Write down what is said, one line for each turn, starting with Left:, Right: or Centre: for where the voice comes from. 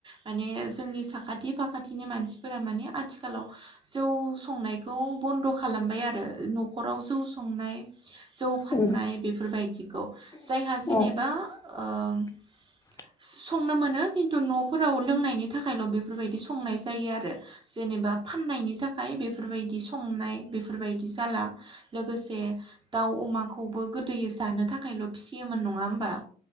Right: माने जोंनि साखाथि फाखाथिनि मानसिफोरा माने आथिखालाव जौ संनायखौ बन्द' खालामबाय आरो न'खराव जौ संनाय जौ फाननाय
Left: उम
Right: बेफोरबायदिखौ जायहा जेनेबा
Left: औ <inaudible>
Right: ओ संनो मोनो खिन्थु न'फोराव लोंनायनि थाखायल' बेफोरबायदि संनाय जायो आरो। जेनेबा फाननायनि थाखाय बेफोरबायदि संनाय बेफोरबायदि जाला। लोगोसे दाउ अमाखौबो गोदोयो जानो थाखायल' फिसियोमोन नङा होमबा?